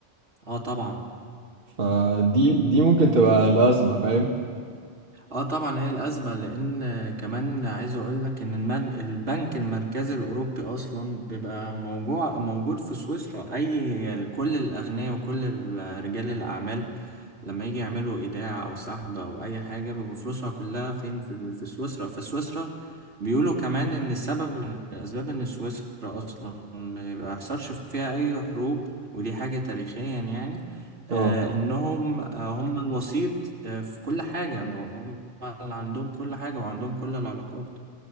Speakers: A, on the right (about 75°); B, on the right (about 55°).
A: اه طبعا
B: فدي دي ممكن تبقى الأزمة فاهم
A: اه طبعا هي الازمة لان آه، كمان عايز اقول لك ان المر... البنك المركزي الاوروبي اصلا بيبقى موجوع موجود في سويسرا اي كل الاغنياء وكل ال- رجال الاعمال لما يجي يعملوا ايداع او سحب او اي حاجه بيبقى فلوسها كلها فين في ال- في سويسرا فسويسرا بيقولوا كمان ان السبب من الاسباب ان سويسرا اصلا ما بيحصلش فيها اي حروب ودي حاجه تاريخيا يعني
B: اه
A: آه انهم آه هم الوسيط آه في كل حاجه هم اللي عندهم كل حاجه وعندهم كل العلاقات